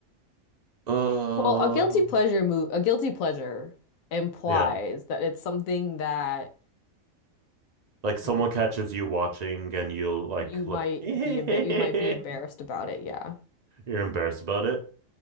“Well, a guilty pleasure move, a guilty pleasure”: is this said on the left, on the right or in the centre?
Left